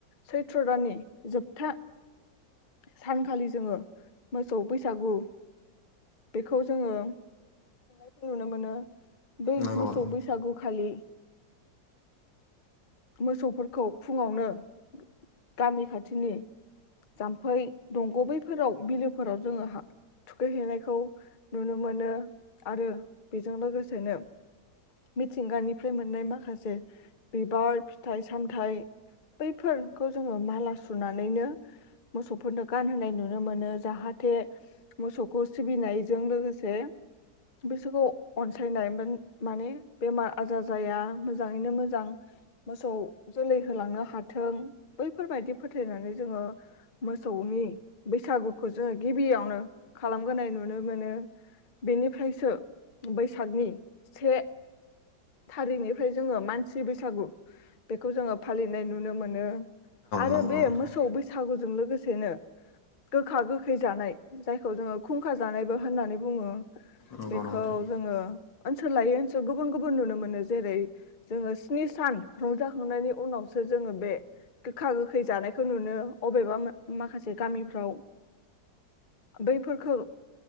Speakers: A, on the left; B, on the left.
A: सैथ्र दानानि जोबथा सानखालि जोङो मोसौ बैसागु बेखौ जोङो खुंनायखौ नुनो मोनो। बै
B: नंगौ
A: मोसौ
B: औ
A: बैसागुखालि मोसौफोरखौ फुङावनो गा गामि खाथिनि जाम्फै दंग' बैफोराव बिलोफोराव जोङो थुखैहैनायखौ नुनो मोनो आरो बेजों लोगोसेनो मिथिंगानिफ्राय मोननाय माखासे बिबार फिथाइ सामथाइ बैफोरखौ जोङो माला सुनानैनो मोसौफोरनो गानहोनाय नुनो मोनो जाहाथे मोसौखौ सिबिनायजों लोगोसे बिसोरखौ अनसायनाय मान माने बेमार आजार जाया मोजाङैनो मोजां मोसौ जोलै होलांनो हाथों बैफोरबायदि फोथायनानै जोङो मोसौनि बैसागुखौ जोङो गिबियावनो खालामग्रोनाय नुनो मोनो बेनिफ्रायसो बैसागनि से थारिखनिफ्राय जोङो मानसि बैसागु बेखौ जोङो फालिनाय नुनो मोनो। आरो
B: नंगौ
A: बे
B: नोंथां
A: मोसौ बैसागुजों लोगोसे सेनो गोखा गोखै जानाय जायखौ जोङो खुंखा जानायबो होननानै बुङो।
B: नंगौ
A: बेखौ
B: नोंथां
A: जोङो ओनसोल लायै ओनसोल गुबुन गुबुन नुनो मोनो जेरै जोङो स्नि सान रंजाखांनायनि उनावसो जोङो बे गोखा गोखै जानायखौ नुनो अबेबा माखासे गामिफ्राव बैफोरखौ